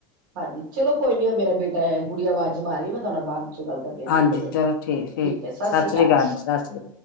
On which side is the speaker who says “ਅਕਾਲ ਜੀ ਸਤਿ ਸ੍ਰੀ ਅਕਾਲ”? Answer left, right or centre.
Left